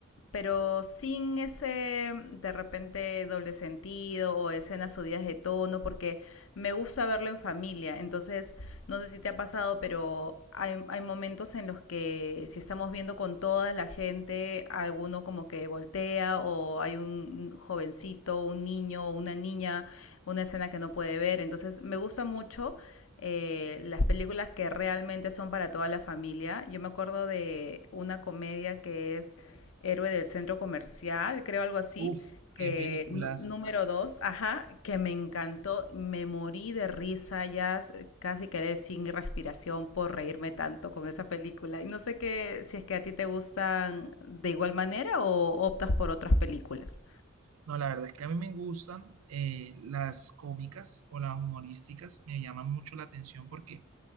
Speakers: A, on the left; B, on the right.
A: pero sin ese de repente doble sentido o escenas subidas de tono, porque me gusta verlo en familia. Entonces, no sé si te ha pasado, pero hay, hay momentos en los que si estamos viendo con toda la gente, alguno como que voltea o hay un jovencito, un niño, o una niña, una escena que no puede ver. Entonces, me gusta mucho. eh, las películas que realmente son para toda la familia. Yo me acuerdo de una comedia que es héroe del centro comercial, creo algo así.
B: Uf, qué
A: que
B: películas.
A: nu- número dos, ajá, que me encantó, me morí de risa, ya s- casi quedé sin respiración por reírme tanto con esa película. Y no sé qué, si es que a ti te gustan de igual manera o optas por otras películas.
B: No, la verdad es que a mí me gustan eh, las cómicas o las humorísticas, me llaman mucho la atención porque